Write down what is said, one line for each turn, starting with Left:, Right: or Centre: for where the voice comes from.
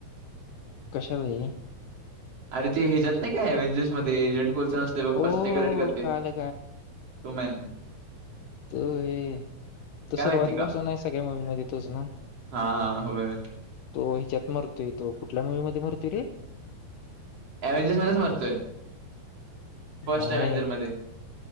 Left: कशा पाई
Right: अरे ते ह्याच्याात नाही अव्हेंजर्स मध्ये एजंट को स्
Left: ओ
Right: कलेक्ट करते
Left: कळालं
Right: तो मन
Left: त हे तो
Right: काय माहिती
Left: सुरुवातीपासून
Right: का?
Left: आहे सगळ्या मुवीमध्येध्ये तोच ना
Right: हां, हां. होय
Left: तो हिच्यात मरतोय तो कुठल्या मुवी मध्ये मरतोय रे
Right: अव्हेंजर मध्येच मरतोय फर्स्ट
Left: नाही
Right: अव्हेंजर
Left: नाही
Right: मध्ये